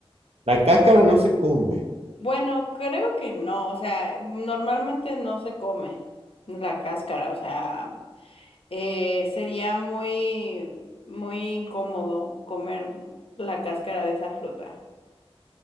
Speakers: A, on the right (about 90°); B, on the left (about 70°).
A: La cáscara no se come.
B: Bueno, creo que no, o sea, normalmente no se come la cáscara, o sea... Eh, sería muy, muy incómodo comer la cáscara de esa fruta.